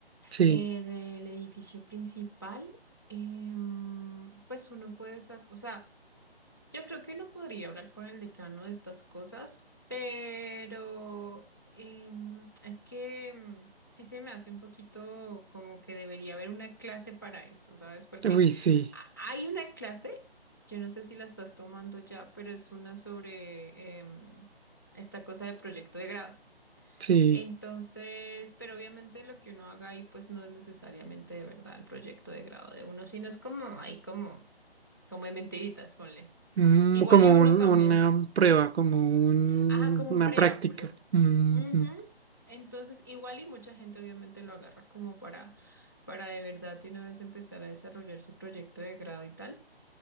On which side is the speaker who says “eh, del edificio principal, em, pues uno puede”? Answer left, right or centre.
Left